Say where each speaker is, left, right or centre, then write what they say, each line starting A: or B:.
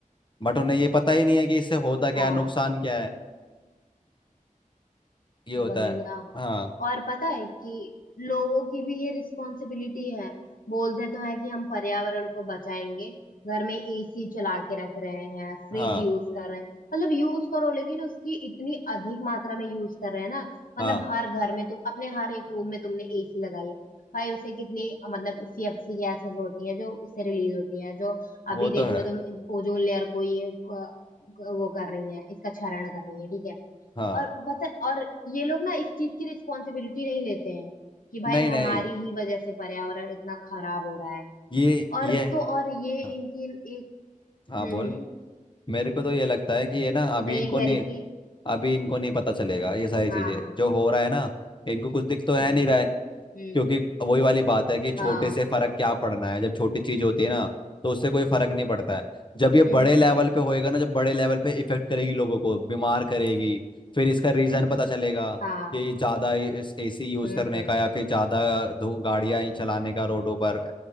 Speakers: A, on the left (about 35°); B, on the left (about 75°).
A: बट उन्हें ये पता ही नहीं है कि इससे होता क्या
B: हाँ
A: है नुकसान क्या है ये होता
B: वही
A: है
B: ना
A: हाँ
B: और पता है कि लोगों की भी ये रिस्पॉन्सिबिलिटी है बोलते तो है कि हम पर्यावरण को बचाएंगे घर में एसी चला के रख रहे हैं फ्रिज
A: हाँ
B: यूज कर रहे हैं मतलब यूज करो लेकिन उसकी इतनी अधिक मात्रा में यूज कर रहे हैं ना
A: हाँ
B: मतलब हर घर में तुम अपने हर एक रूम में तुमने एसी लगाई है भाई उससे कितनी मतलब सीएफसी गैसेस होती हैं जो उससे रिलीज होती हैं जो
A: वो
B: अभी
A: तो
B: देख
A: है
B: लो तुम ओजोन लेयर को ये अ, वो कर रही है इसका क्षरण कर रही है ठीक है
A: हाँ
B: और पता है और ये लोग ना इस चीज की रिस्पॉन्सिबिलिटी नहीं लेते हैं कि भाई
A: नहीं
B: हमारी
A: नहीं
B: ही वजह से पर्यावरण इतना खराब हो रहा है
A: ये
B: और
A: ये
B: तो और ये
A: हाँ
B: इनकी एक
A: हाँ,
B: हम्म
A: बोल
B: हम्म,
A: मेरे को तो ये लगता है कि ये ना अभी
B: मैं ये
A: इनको
B: कह
A: नहीं
B: रही थी
A: अभी इनको नहीं पता चलेगा ये सारी
B: हाँ
A: चीजें जो हो रहा है ना इनको कुछ दिख तो है
B: हम्म
A: नहीं रहा है
B: हम्म
A: क्योंकि वही वाली बात है कि छोटे
B: हाँ
A: से फर्क क्या पड़ना है जब छोटी चीज होती है ना तो उससे कोई फर्क नहीं पड़ता है जब ये
B: हम्म
A: बड़े
B: हम्म
A: लेवल पे होएगा ना जब बड़े लेवल पे इफेक्ट करेगी लोगों को बीमार करेगी फिर इसका रीजन पता चलेगा
B: हाँ
A: कि ज्यादा एसी यूज
B: हम्म
A: करने
B: हम्म
A: का या फिर ज्यादा धूप गाड़ियां ही चलाने का रोडों पर